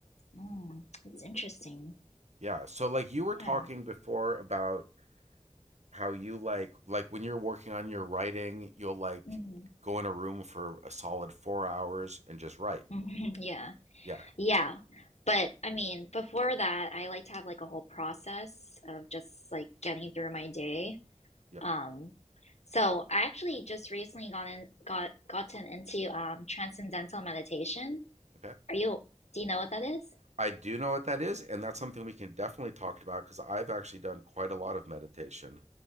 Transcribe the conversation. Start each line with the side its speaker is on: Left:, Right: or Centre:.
Left: mm. That's interesting.
Right: Yeah. So like you were talking
Left: Yeah.
Right: before about how you like like when you're working on your writing, you'll like
Left: Mm,
Right: go in a room for a solid 4 hours and just write.
Left: <laughs> yeah.
Right: Yeah.
Left: Yeah. But I mean, before that, I like to have like a whole process of just like getting through my day.
Right: Yeah.
Left: Um, so I actually just recently gone in, got gotten into um transcendental meditation.
Right: Okay,
Left: Are you, do you know what that is?
Right: I do know what that is, and that's something we can definitely talk about because I've actually done quite a lot of meditation.